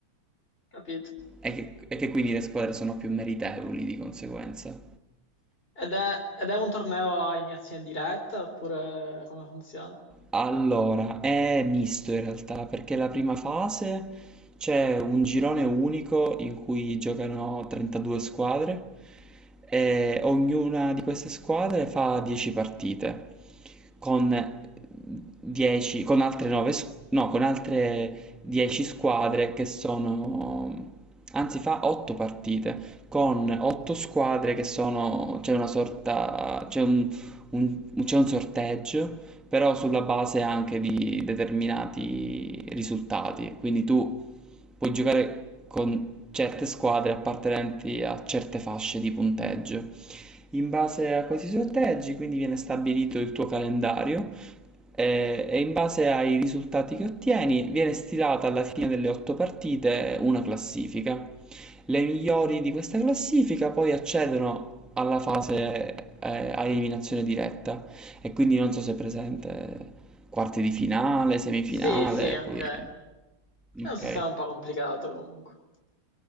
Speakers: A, on the left; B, in the centre.
A: capito?
B: e che e che quindi le squadre sono più meritevoli di conseguenza.
A: Ed è, ed è un torneo a eliminazione diretta oppure come funziona?
B: Allora, è misto in realtà, perché la prima fase c'è un girone unico in cui giocano 32 squadre e ognuna di queste squadre fa 10 partite con 10, con altre 9, no, con altre 10 squadre che sono, anzi fa 8 partite con 8 squadre che sono, c'è una sorta, c'è un un- c'è un sorteggio, però sulla base anche di determinati risultati. Quindi tu puoi giocare con certe squadre appartenenti a certe fasce di punteggio. In base a questi sorteggi, quindi viene stabilito il tuo calendario e, e in base ai risultati che ottieni viene stilata alla fine delle otto partite una classifica. Le migliori di questa classifica poi accedono alla fase eh, a eliminazione diretta e quindi non so se è presente quarti di finale, semifinale,
A: Sì, sì, ok.
B: poi... Ok.
A: È un sistema un po' complicato comunque.